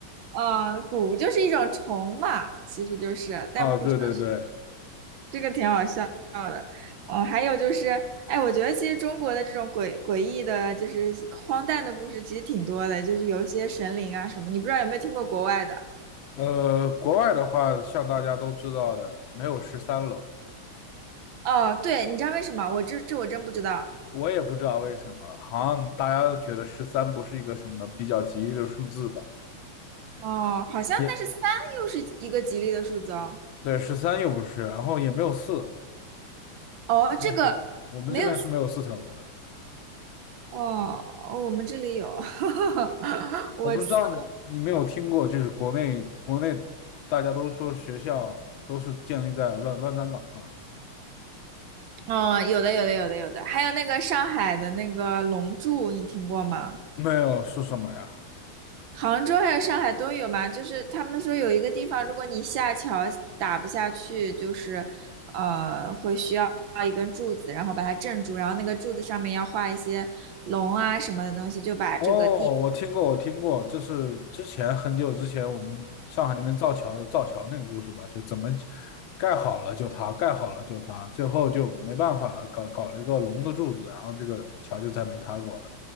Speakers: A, on the right; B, on the left.
A: 啊，蛊就是一种虫嘛，其实就是，但不知道
B: 啊，对对对，
A: 这个挺好笑的。哦，还有就是，哎，我觉得其实中国的这种诡诡异的，就是荒诞的故事，其实挺多的，就是有一些神灵啊什么，你不知道有没有听过国外的？
B: 呃，国外的话，像大家都知道的，没有十三楼。
A: 哦，对，你知道为什么？我这这我真不知道。
B: 我也不知道为什么，好像大家都觉得十三不是一个什么比较吉利的数字吧？
A: 哦，好像但是三又是一个吉利的数字哦。
B: 也对，十三又不是，然后也没有四，
A: 哦，这个没有四
B: 没有四，我们这边是没有四层楼的。
A: 哦，哦我们这里有，<laughs> 我四我
B: 我不知道你没有听过，就是国内国内大家都说学校都是建立在乱乱葬岗上的，
A: 哦，有的有的有的有的，还有那个上海的那个龙柱，你听过吗？
B: 没有是什么呀？
A: 杭州还有上海都有嘛，就是他们说有一个地方，如果你下桥打不下去，就是呃会需要一根柱子，然后把它镇住，然后那个柱子上面要画一些龙啊什么的东西，就把这个地，
B: 哦，我听过，我听过，这是之前很久之前我们上海那边造桥的造桥那个故事吧？就怎么盖好了就塌，盖好了就塌，最后就没办法了，搞搞了一个龙的柱子，然后这个桥就再没塌过了。